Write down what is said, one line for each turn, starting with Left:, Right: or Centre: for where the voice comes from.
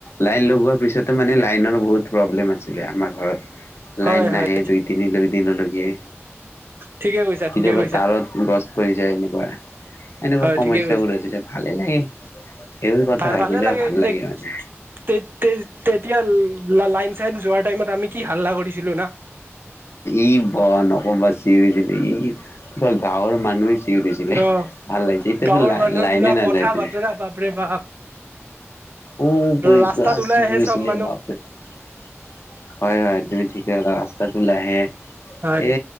Left: লাইন লগোৱা তাৰপিছতো মানে লাইনৰ বহুত প্ৰব্লেম আছিলে আমাৰ ঘৰত।
Right: হয়
Left: লাইন
Right: হয়
Left: নাহে দুই তিনি দিনলৈকিয়।
Right: ঠিকে কৈছা
Left: কেতিয়াবা
Right: ঠিকে কৈছা
Left: তাৰত গছ পৰি যায় এনেকুৱা। এনেকুৱা
Right: হয়
Left: সমস্যাবোৰ
Right: ঠিকে
Left: আজিলে, ভালে লাগে। সেইবোৰ কথা
Right: ভা
Left: ভাবিলেও
Right: ভাল ভাল লাগে তে
Left: মানে
Right: তে তে তেতিয়া লাইট যোৱা টাইমত আমি কি হাল্লা কৰিছিলো না।
Left: ই ব ন অকব চিছিল নে গাঁৱৰ মানুহে চিঞছিলে
Right: অ
Left: ভাল লাগিছে, এতিয়াতো
Right: গাঁৱৰ
Left: লা
Right: মানুহৰ
Left: লাইনে
Right: পুৰা
Left: নাযায়টো।
Right: কথা বতৰা বাপৰে বাপ
Left: অ' বুলি
Right: ৰাস্তাত
Left: পুৰা
Right: ওলাই
Left: চিঞৰিছিলে
Right: আহে চব মানুহ
Left: বাপৰে। হয় হয় তুমি ঠিক ৰাস্তাত ওলাই আহে
Right: হয়